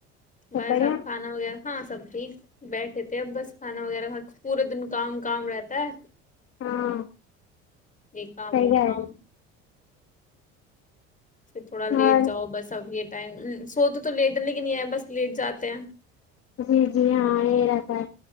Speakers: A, on the left; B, on the left.
A: سب
B: بس
A: بڑھیا
B: اب کھانا وغیرہ ہاں سب ٹھیک بیٹھے تھے اب بس کھانا وغیرہ پورے دن کام کام رہتا ہے
A: ہاں
B: یہ کام
A: صحیح
B: وہ
A: ہے
B: کام پھر تھوڑا لیٹ
A: اور
B: جاؤ بس اب ٹم سو تو تو لیٹ ہے لیکن یہ ہے بس لیٹ جاتے ہیں
A: جی جی ہاں یہ رہتا ہے